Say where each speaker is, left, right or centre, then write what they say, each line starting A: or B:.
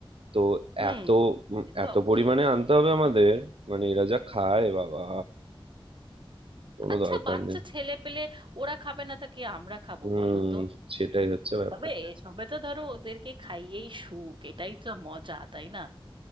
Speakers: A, on the right; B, on the right.
A: তো
B: হুম
A: এত উম,
B: সে তো
A: এত
B: অবশ্যই
A: পরিমাণে আনতে হবে আমাদের মানে এরা যা খায় বাবা কোনো
B: আচ্ছা
A: দরকার
B: বাচ্চা
A: নেই
B: ছেলে পেলে ওরা খাবে না তো কি আমরা খাবো
A: হুম
B: বলো তো
A: সেটাই হচ্ছে ব্যাপার
B: তবে এসবে তো ধরো ওদেরকে খাইয়েই সুখ এটাই তো মজা তাই না